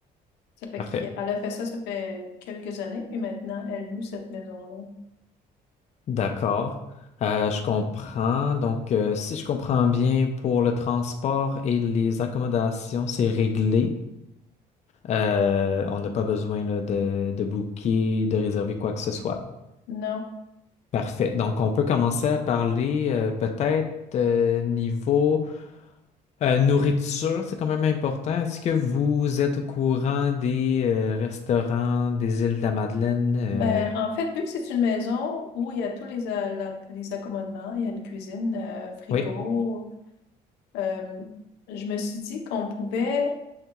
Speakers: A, on the left; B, on the left.
A: Ça fait
B: parfait.
A: qu'elle a fait ça, ça fait quelques années, puis maintenant, elle loue cette maison-là.
B: D'accord. Euh, je comprends. Donc, euh, si je comprends bien, pour le transport et les accommodations, c'est réglé. Euh, on n'a pas besoin là, de, de booker, de réserver quoi que ce soit.
A: Non.
B: Parfait. Donc, on peut commencer à parler euh, peut-être euh, niveau euh, nourriture, c'est quand même important. Est-ce que vous êtes au courant des euh, restaurants des îles de la Madeleine? Euh,
A: Ben, en fait, vu que c'est une maison où il y a tous les, a- la- les accommodements, il y a une cuisine, euh, frigo,
B: oui,
A: euh, je me suis dit qu'on pouvait